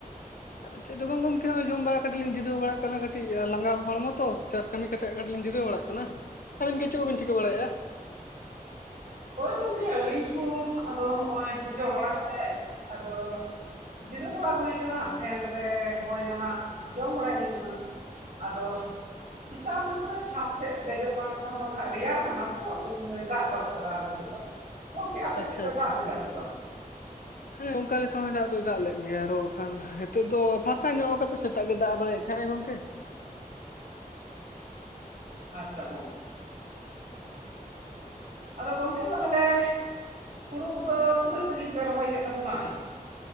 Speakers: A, on the left; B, on the right.
A: ᱟᱫᱚ ᱪᱮᱫ ᱦᱚᱸ ᱵᱟᱝ ᱜᱚᱢᱠᱮ ᱡᱚᱢ ᱵᱟᱲᱟ ᱠᱟᱛᱮ ᱠᱟᱹᱴᱤᱡᱤᱧ ᱡᱤᱨᱟᱹᱣ ᱵᱟᱲᱟᱜ ᱠᱟᱱᱟ ᱠᱟᱹᱴᱤᱡ ᱞᱟᱸᱜᱟ ᱦᱚᱲᱢᱚ ᱛᱚ, ᱪᱟᱥ ᱠᱟᱹᱢᱤ ᱠᱟᱛᱮ ᱠᱟᱹᱴᱤᱡ ᱞᱤᱧ ᱡᱩᱤᱨᱟᱹᱣ ᱵᱟᱲᱟᱜ ᱠᱟᱱᱟ, ᱟᱵᱤᱱ ᱜᱮ ᱪᱮᱫ ᱠᱚᱵᱤᱱ ᱪᱤᱠᱟᱹ ᱵᱟᱲᱟᱭᱮᱫᱼᱟ?
B: ᱦᱳᱭ ᱜᱚᱢᱠᱮ ᱟᱹᱞᱤᱧ ᱦᱚᱸ ᱟᱫᱚ ᱱᱚᱜᱼᱚᱭ ᱡᱚᱢ ᱵᱟᱲᱟ ᱠᱟᱛᱮᱜ ᱟᱫᱚ ᱡᱤᱨᱟᱹᱣ ᱵᱟᱲᱟ ᱦᱩᱭ ᱟᱠᱟᱱᱟ ᱯᱷᱮᱱ ᱨᱮ ᱦᱚᱭ ᱱᱟᱦᱟᱜ ᱡᱚᱢ ᱵᱟᱲᱟᱭ ᱦᱩᱭᱩᱜ ᱠᱟᱱᱟ᱾ ᱟᱫᱚ ᱪᱮᱛᱟᱱ ᱠᱚᱨᱮ ᱪᱷᱟᱸᱫ ᱥᱮᱫ ᱫᱮᱡᱚᱜ ᱠᱟᱱ ᱠᱷᱟᱱ ᱫᱚ ᱱᱟ ᱨᱮᱭᱟᱲ ᱠᱟᱱᱟ ᱛᱚ ᱛᱮᱦᱤᱧ ᱫᱚᱭ ᱜᱚᱫ ᱟᱠᱟ ᱠᱟᱫᱟ ᱟᱞᱮ ᱥᱮᱫ ᱫᱚ, ᱜᱚᱢᱠᱮ ᱟᱯᱮ
A: ᱟᱪᱪᱷᱟ
B: ᱥᱮᱫ ᱫᱚᱭ
A: ᱟᱪᱪᱷᱟ
B: ᱫᱟᱜ ᱞᱮᱫᱟᱭ ᱥᱮ ᱵᱟᱝ?
A: ᱦᱮᱸ ᱚᱱᱠᱟᱞ ᱥᱚᱢᱚᱭ ᱫᱟᱜ ᱫᱚᱭ ᱫᱟᱜ ᱞᱮᱫ ᱜᱮᱭᱟ ᱟᱨᱚ ᱠᱷᱟᱱ ᱱᱤᱛᱜ ᱫᱚ ᱯᱷᱟᱸᱠᱟ ᱧᱚᱜ ᱠᱟᱫᱟᱭ ᱥᱮᱛᱟᱜ ᱜᱮ ᱫᱟᱜ ᱵᱟᱲᱟᱭᱮᱫ ᱛᱟᱦᱮᱸᱜ ᱜᱚᱝᱠᱮ
B: ᱟᱪᱪᱷᱟ ᱜᱚᱝᱠᱮ ᱾ ᱟᱫᱚ ᱜᱚᱝᱠᱮ ᱛᱟᱦᱚᱞᱮ ᱦᱩᱲᱩ ᱠᱚᱫᱚ ᱛᱤᱱᱟᱹᱜ ᱥᱟᱺᱜᱤᱧ ᱯᱮ ᱨᱚᱦᱚᱭ ᱠᱮᱫ ᱛᱟᱵᱚᱱᱟ?